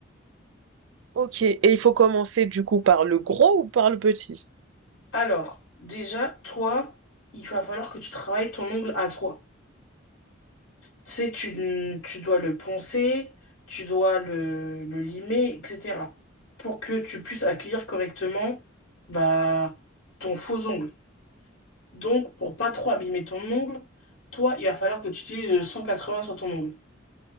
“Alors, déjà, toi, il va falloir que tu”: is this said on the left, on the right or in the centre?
Left